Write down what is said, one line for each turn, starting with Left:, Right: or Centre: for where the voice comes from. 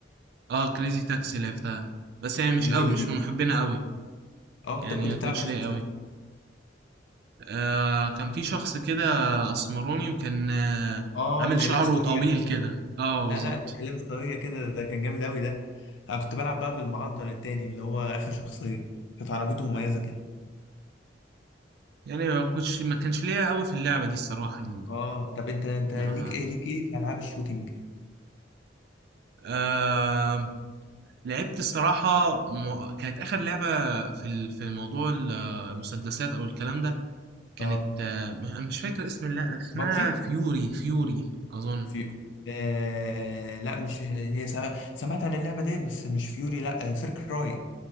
Right: آه كريزي تاكسي لعبتها بس يعني مش
Left: جميله
Right: قوي مش
Left: دي
Right: من محبينها قوي
Left: اه
Right: يعني
Left: كنت كنت
Right: ما
Left: بتلعب
Right: كنتش
Left: انا شخصية
Right: ليا قوي آه كان في شخص كده اسمراني وكان آه
Left: اه
Right: عامل
Left: اللي
Right: شعره
Left: لابس طاقية
Right: طويل كده اه
Left: لا
Right: بالظبط
Left: لا ده كان لابس طاقية كده ده كان جامد قوي ده انا كنت بلعب بقى بالمعضل التاني اللي هو اخر شخصية كانت عربيته مميزة كده
Right: يعني ما كنتش ما كانش ليا قوي في اللعبة دي الصراحة يعني
Left: اه طب انت انت
Right: ما
Left: ليك ايه ليك ايه في العاب الشوتينج
Right: آه لعبت الصراحة م... كانت آخر لعبة في ال- في موضوع ال- آه، المسدسات أو الكلام ده كانت
Left: اه
Right: آه م- أنا مش فاكر اسم اللعبة اسمها
Left: بابجي
Right: فيوري فيوري أظن
Left: في آه لا مش هي سمع... سمعت عن اللعبة ديت بس مش فيوري لا فير كراي